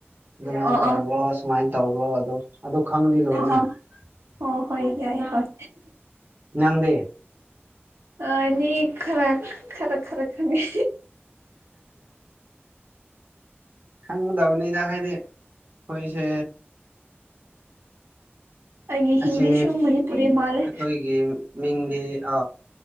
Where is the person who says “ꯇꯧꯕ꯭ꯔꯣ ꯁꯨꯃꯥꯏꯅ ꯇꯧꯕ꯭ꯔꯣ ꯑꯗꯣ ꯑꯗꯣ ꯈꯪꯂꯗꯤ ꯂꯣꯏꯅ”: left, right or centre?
Right